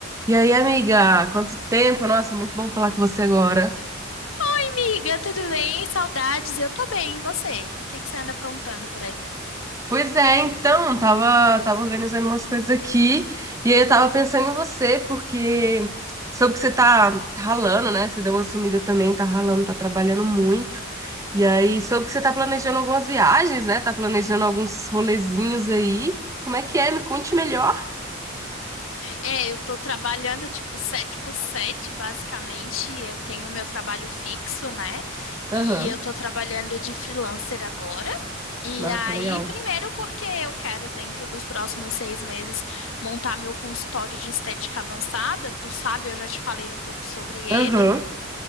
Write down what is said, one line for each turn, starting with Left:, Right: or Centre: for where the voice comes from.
Right: E aí, amiga, quanto tempo? Nossa, muito bom falar com você agora.
Left: Oi, amiga, tudo bem? Saudades, eu tô bem, e você? O que que você anda aprontando por aí?
Right: Pois é, então, tava, tava organizando umas coisas aqui e aí eu tava pensando em você, porque soube que você tá ralando, né? Você deu uma sumida também, tá ralando, tá trabalhando muito. E aí, soube que você tá planejando algumas viagens, né? Tá planejando alguns rolezinhos aí. Como é que é? Me conte melhor.
Left: É, eu tô trabalhando tipo 7 por 7, basicamente. Eu tenho meu trabalho fixo, né?
Right: Aham,
Left: E eu tô trabalhando de freelancer agora. E
Right: Nossa,
Left: aí,
Right: legal.
Left: primeiro porque eu quero, dentro dos próximos seis meses, montar meu consultório de estética avançada. Tu sabe, eu já te falei um pouco sobre ele.
Right: Aham,